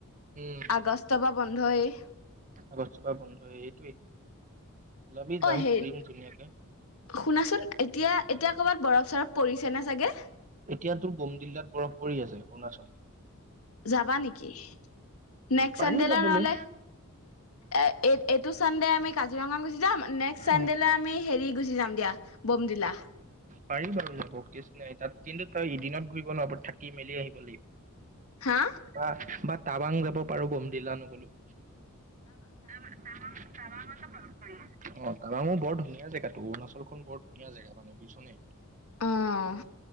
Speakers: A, on the right; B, on the left.
A: উম
B: আগষ্টৰ পৰা বন্ধয়েই।
A: আগষ্টৰ পৰা বন্ধই সেইটোৱেই, ওলাবি
B: অ
A: যাম
B: হেৰি
A: ফুৰিম ধুনীয়াকে।
B: শুনাচোন এতিয়া, এতিয়া কৰ'বাত বৰফ চৰফ পৰিছে নে চাগে?
A: এতিয়াতো বোমদিল্লাত বৰফ পৰি আছে, অৰুণাচল।
B: যাবা নেকি? নেক্স
A: পাৰি
B: চানডেলে
A: যাবলৈ।
B: নহলে এ, এই এইটো চানডে আমি কাজিৰঙা গুচি যাম নেক্সট চানডেলে
A: অ
B: আমি হেৰি গুচি যাম দিয়া, বমদিলা।
A: পাৰিম বাৰু যাব কেচ নাই তাত, কিন্তু তই এদিনত ঘূৰিব নোৱাৰ', থাকি মেলি আহিব লাগিব।
B: হা
A: বাহ বাট। টাৱাং যাব পাৰো বমডিল্লা নগলেওঁ। টাৱাং, টাৱাং, টাৱাঙটো বৰফ পৰি আছে। অ'। টাৱাং ও বৰ ধুনীয়া জেগাটো, অৰুণাচলখন বৰ ধুনীয়া জেগা মানে বুইছ নে?
B: অ'